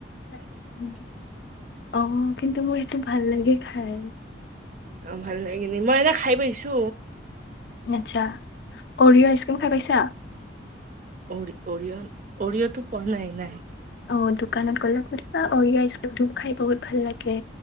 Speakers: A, on the left; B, on the right.
A: তে উম, অ, কিন্তু মোৰ সেইটো ভাল লাগে খাই।
B: অ <unintelligible> মই এনে খাই পাইছো।
A: <unintelligible> আচ্ছা অৰিয় আইচ ক্ৰীম খাই পাইছা?
B: ঔৰি অৰিয়া অৰিঅতো পোৱা নাই- নাই।
A: অ', দোকানত গ'লে সুধিবা, অৰিয় আইছ ক্ৰীমটো খাই বহুত ভাল লাগে।